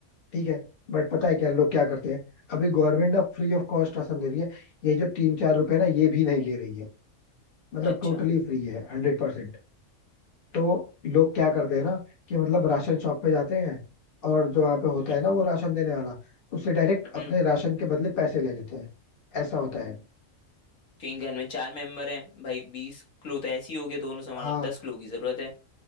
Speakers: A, on the left; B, on the left.
A: ठीक है बट पता है क्या लोग क्या करते हैं अभी गवर्नमेंट ना फ्री ऑफ कॉस्ट राशन दे रही है ये जो तीन चार रुपए ना ये भी नहीं ले रही है मतलब
B: अच्छा
A: टोटली फ्री है हंड्रेड परसेंट। तो लोग क्या करते हैं ना कि मतलब राशन शॉप पे जाते हैं और जो वहाँ पे होता
B: हम्म
A: है ना वो राशन देने वाला उससे डायरेक्ट अपने
B: हम्म
A: राशन के बदले पैसे ले लेते हैं ऐसा होता है
B: क्योंकि घर में चार मेंबर हैं भाई बीस किलो तो ऐसे ही हो गए दोनों सामान
A: हाँ
B: और दस किलो की जरूरत है